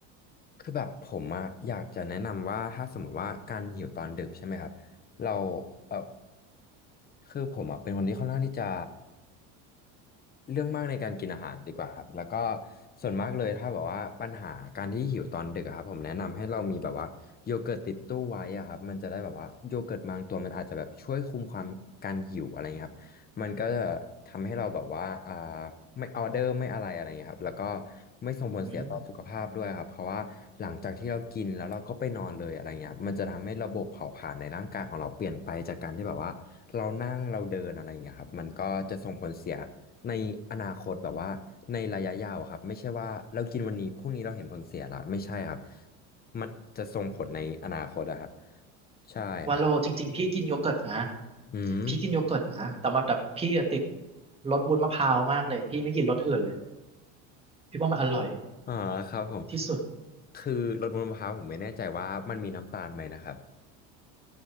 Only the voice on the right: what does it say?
อืม
ว่าโลจริงๆพี่กินโยเกิร์ตนะ
พี่กินโยเกิร์ตนะแต่ว่าแต่พี่อะติดรสวุ้นมะพร้าวมากเลยพี่ไม่กินรสอื่นเลยพี่ว่ามันอร่อย
ที่สุด